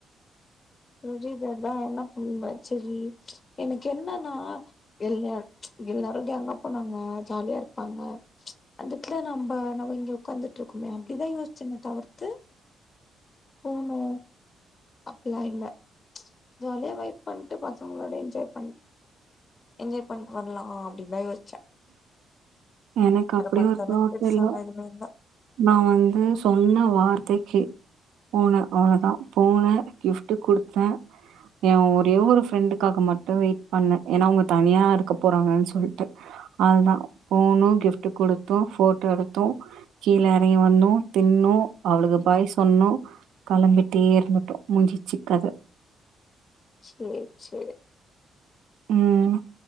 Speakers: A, on the left; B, on the right.
A: ருதர் தான் என்ன பண்ணுங்க சரி எனக்கு என்னன்னா எல்ல எல்லாரும் க அங்க போனாங்க ஜாலியா இருப்பாங்க அதுக்குலாம் நம்ம நங்க உட்கந்துட்டு ட்ருக்குமோ அப்டிதா யோச்சனே தவர் <unintelligible> போனோ அப்லா இல்ல ஜாலியா வைப் பண்ட்டு பசங்ளோட என்ஜாய் பண் என்ஜாய் பண் பன்லா அப்டிதா யோச்
B: எனக்கு அப்டிய
A: மத்த
B: ஒரு பிளாட்
A: அளவுக்கு பெருசாலா
B: தெரியு
A: எதுவுமே இல்ல
B: நா வந்து சொன்ன வார்த்தைக்கு போனே அவ்ளோதா போன கிஃப்ட் குடுத்தே எ ஒரே ஒரு ஃப்ரெண்டுக்காக மட்டு வெயிட் பண்ண ஏனா அவுங்க தனியா இருக்க போறாங்கன் சொல்லிட்டு அவ்ளதா போனோ கிஃப்ட் குடுத்தோ ஃபோட்டோ எடுத்தோ கீழே எறங்கி வந்தோ தின்னோ அவுளுக பாய் சொன்னோ களம்பிட்டேருந்துட்டோ முஞ்சிச்சுிக்கதை
A: சேரி சேரி
B: ம்.